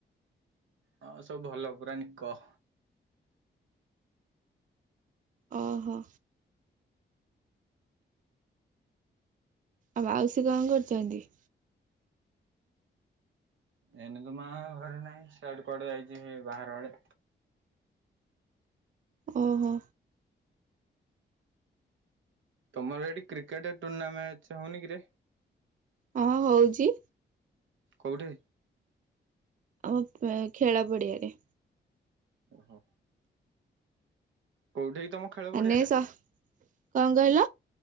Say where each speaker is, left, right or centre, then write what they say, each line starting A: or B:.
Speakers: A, on the right; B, on the right.
A: ହଁ ସବୁ ଭଲ ପୁରା ନିିକ
B: ଓହୋ ଆଉ ବାଉସୀ
A: ଏନ ତୁ ମା ଘରେ ନାହିଁ ସେଆଡେ କୁଆଡେ ଯାଇଛି ବାହାର ଆଡ଼େ
B: ଓହୋ
A: ତମର ଏଠି କ୍ରିକେଟ ଟୁର୍ଣ୍ଣାମେଣ୍ଟ ହଉନି କିରେ
B: ହଁ ହଉଛି
A: କଉଠୀ
B: ଆମ ଖେଳା ପଡିଆରେ
A: ଓହୋ କୋଉଠି ତମ ଖେଳ
B: ମାନେ
A: ପଡିଆ ଟା
B: ସ କଣ କହିଲ